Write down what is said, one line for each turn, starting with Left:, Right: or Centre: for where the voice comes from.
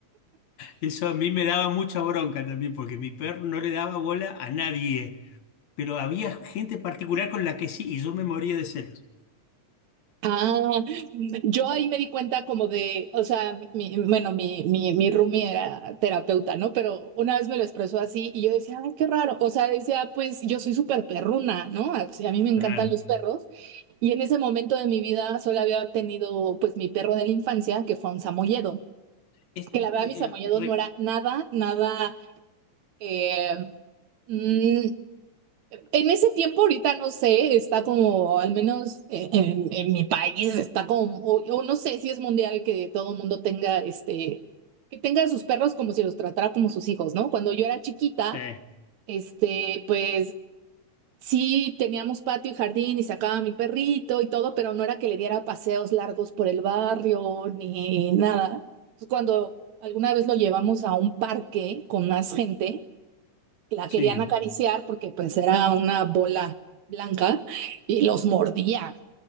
Left: eso a mí me daba mucha bronca también porque mi perro no le daba bola a nadie, pero había gente particular con la que sí y yo me moría de celos.
Right: Ah, yo ahí me di cuenta como de, o sea, mi, bueno, mi, mi, mi roomie era terapeuta, ¿no? Pero una vez me lo expresó así y yo decía, ay, qué raro. O sea, decía, pues yo soy súper perruna, ¿no? Así, a mí me encantan
Left: Claro.
Right: los perros. Y en ese momento de mi vida solo había tenido, pues, mi perro de la infancia, que fue un samoyedo.
Left: Es-
Right: Que la verdad,
Left: eh,
Right: mi samoyedo
Left: re-
Right: no era nada, nada, eh, mm, en ese tiempo, ahorita no sé, está como, al menos eh, en, en mi país, está como, o, o no sé si es mundial que todo el mundo tenga, este, que tenga a sus perros como si los tratara como sus hijos, ¿no? Cuando yo era chiquita,
Left: Sí,
Right: este, pues sí teníamos patio y jardín y sacaba a mi perrito y todo, pero no era que le diera paseos largos por el barrio ni nada. Entonces, cuando alguna vez lo llevamos a un parque con más gente, la
Left: sí.
Right: querían acariciar porque pues era una bola blanca y los mordía.